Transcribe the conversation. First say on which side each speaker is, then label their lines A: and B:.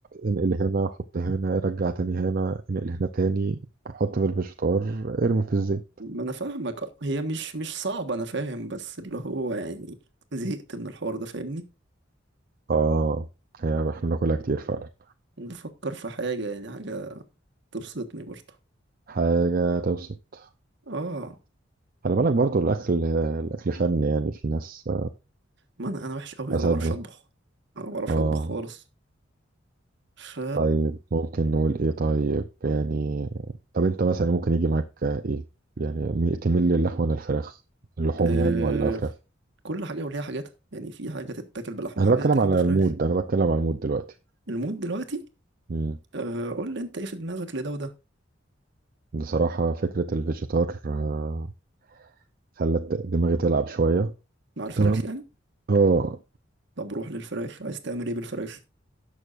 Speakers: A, on the right (about 50°); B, on the right (about 65°).
A: انقل هنا حط هنا رجع تاني هنا انقل هنا تاني حط في الفيجيتار ارمي في الزيت
B: ما انا فاهمك هي مش مش صعبه انا فاهم بس اللي هو يعني زهقت من الحوار ده فاهمني
A: اه هي احنا بناكلها كتير فعلا
B: بفكر في حاجة يعني حاجة تبسطني برضه
A: حاجة تبسط
B: اه
A: خلي بالك برضو الأكل الأكل فن يعني في ناس
B: ما انا انا وحش قوي
A: أساتذة
B: انا ما بعرفش اطبخ انا ما بعرفش
A: اه
B: اطبخ خالص ف
A: طيب ممكن نقول ايه طيب يعني طب انت مثلا ممكن يجي معاك ايه يعني مي- تميل للحم ولا الفراخ اللحوم
B: آه...
A: يعني ولا فراخ
B: كل حاجة وليها حاجاتها يعني في حاجة تتاكل بلحمة
A: انا
B: وحاجة
A: بتكلم
B: تتاكل
A: على
B: بفراخ
A: المود انا بتكلم على المود دلوقتي
B: المود دلوقتي
A: مم.
B: آه... قول لي انت ايه في دماغك لده وده
A: بصراحة فكرة الفيجيتار آه، خلت دماغي تلعب شوية
B: مع الفراخ
A: تمام
B: يعني
A: اه
B: طب روح للفراخ عايز تعمل ايه بالفراخ